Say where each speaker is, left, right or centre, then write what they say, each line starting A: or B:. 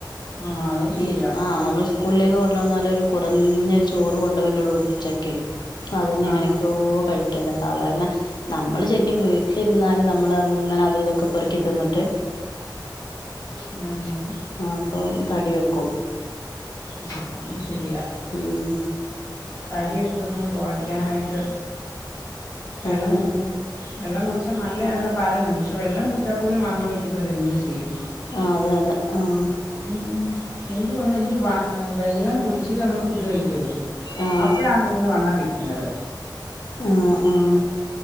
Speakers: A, on the left; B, on the left.
A: ആ അതും ശരിയാ
B: ഈ ആഹ് നമ്മൾ കൂള്ളിലേക്ക് കൊണ്ടുന്നാല ഒരു കുറഞ്ഞൊരു ചോറ് കൊണ്ടപല്ലയുള്ളൂ ഉച്ചയ്ക്ക് അതനെ അങ്ങനൊക്കെയോ
A: ആ
B: കഴിക്കല്ല സാധാരണ നമ്മള് ശരിക്കും വീട്ട രുന്നാലും നമ്മള് അങ്ങനെ അത ഇതൊക്കെ പേ റക്കി തിന്നിട്ട്
A: ഉം
B: അപ്പം തടി വെക്കും
A: ആഹ് അതും ശരിയാ
B: ഉം
A: തടി വെക്കുന്നത് കുറയ്ക്കാനായിട്ട് വെള്ളം
B: അതന്നെ
A: കുടിക്കൻ വെള്ളം കുടിച്ചാൽ നല്ലയാ എന്നൊക്കെ പറയുന്നുണ്ട് പക്ഷെ വെള്ളം കുടിച്ചാൽ പോലും വണ്ണം വെക്കുന്നവര് എന്ത് ചെയ്യും
B: ആഹ് അതെ അതെ ആഹ്
A: ഉം എനിക്ക് തോന്നുന്നു എനിക്ക് വ വെള്ളം കുടിച്ചിട്ട് നമ്മള് ഫുഡ് കഴിക്കു ല്ല
B: ആഹ്
A: അപ്പോഴാ തോന്നുന്നു വണ്ണം വെക്കുന്നത്
B: ആഹ് ആഹ്